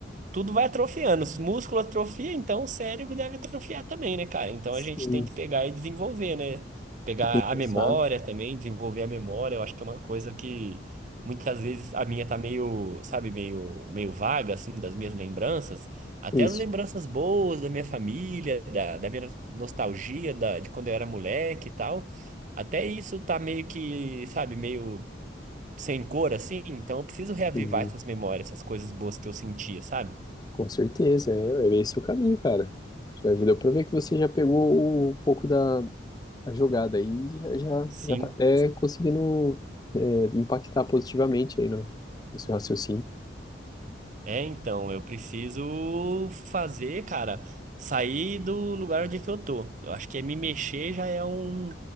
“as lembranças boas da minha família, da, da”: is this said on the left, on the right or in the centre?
Right